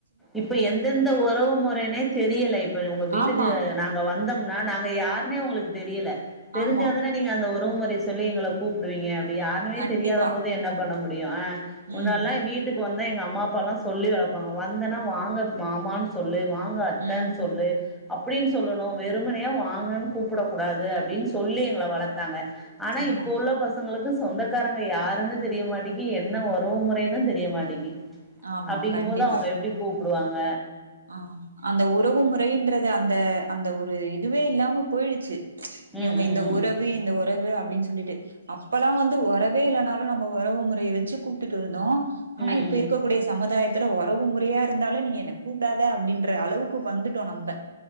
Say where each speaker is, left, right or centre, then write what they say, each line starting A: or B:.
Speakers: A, in the centre; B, on the right (about 80°).
A: இப்ப எந்தெந்த உறவு முறைனே தெரியல இப்ப உங்க வீட்டுக்கு
B: ஆமா
A: நாங்க வந்தோ னா நாங்க யாருனே உங்களுக் தெரியல தெரிஞ்சாதனே
B: ஆமா
A: நீங்க அந்த உறவு முறை சொல்லி எங்கள கூப்பிடுவீங்க அப்படி யாருமே
B: கண்டிப்பா
A: தெரியாத போது என்ன பண்ண முடியு ஆ முன்னால்லா
B: ம்
A: வீட் வீட்டுக்கு வந்த எங்க அம்மா அப்பா எல்லா சொல்லி வளர்பாங்க வந்தனா வாங்க மாமனு சொல்லு வாங்க இவங்க அத்தன்னு
B: ம்
A: சொல்லு அப்படின்னு சொல்லணு வெறுமனையா வாங்கன்னு கூப்பிட கூடாது அப்படின்னு சொல்லி எங்கள வளத்தாங்க ஆனா
B: ஆமா
A: இப்போ உள்ள பசங்களுக்கு சொந்தக்காரங்க யாருன்னு தெரியமாட்டேக்கி என்ன உறவு முறைன்னு தெரிய மாட்டேக்கி
B: ஆமா
A: அப்படிங்கம்போது
B: கண்டிப்பா
A: அவங்க எப்படி கூப்பிடுவாங்க
B: ஆ அந்த உறவு முறைன்றது அந்த அந்த ஒரு இதுவே இல்லாம போயிடுச்சு
A: ம்
B: இவங்க
A: ம்
B: இந்த
A: ம்
B: உறவு
A: ம்
B: இந்த உறவு அப்படின்னு சொல்லிட்டு அப்பல்லா வந்து உறவே இல்லனாலு நம்ம உறவு முறையை வச்சு கூப்பிட்டு இருந்தோ ஆனா
A: ம்
B: இப்ப
A: ம்
B: இருக்கக்கூடிய சமுதாயத்துல உறவு முறையா இருந்தாலு நீ என்ன கூப்டாத அப்படின்ற அளவுக்கு வந்துட்டோ நம்ம